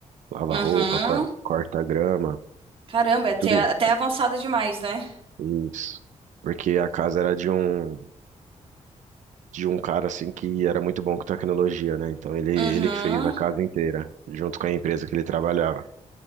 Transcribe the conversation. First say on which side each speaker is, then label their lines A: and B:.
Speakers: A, on the right; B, on the right.
A: lava
B: Uhum.
A: roupa, cor- corta grama,
B: Caramba, é até,
A: tudo
B: até avançada demais, né?
A: isso. Porque a casa era de um de um cara assim que era muito bom com tecnologia, né? Então ele ele
B: Uhum,
A: que fez a casa inteira, junto com a empresa que ele trabalhava.